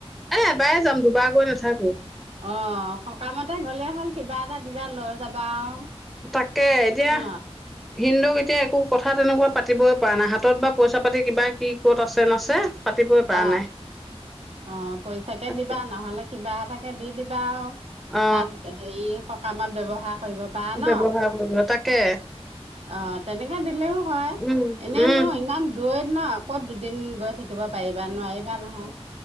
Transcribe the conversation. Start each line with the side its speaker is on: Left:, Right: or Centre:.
Centre: এ এবাৰে যাম দুবাৰ গৈ নাথাকো
Right: অ' সকামতে গলে হ'ল। কিবা এটা কিবা লৈ যাবা আৰু।
Centre: তাকে এতিয়া।
Right: ন
Centre: ভিনদেউক এতিয়া একো কথা তেনেকুৱা পাতিবই পৰা নাই হাতত বা পইচা পাতি কিবা কি ক'ত আছে নাছে। পাতিবই পৰা
Right: অ
Centre: নাই।
Right: অ' পইচাকে
Centre: তাকে
Right: দিবা নহলে কিবা। তাকে দি দিবা আৰু।
Centre: অ
Right: তাত হেৰি সকামত ব ব্যৱহাৰ কৰিব পাৰা ন
Centre: ব্যৱহাৰ কৰিব তাকে
Right: অ তেনেকে দিলেও হয়
Centre: উম
Right: এনে
Centre: উম
Right: নো ইমান দৈত ন কত দিন গৈ থাকিব পাৰিবা নোৱাৰিবা নহয়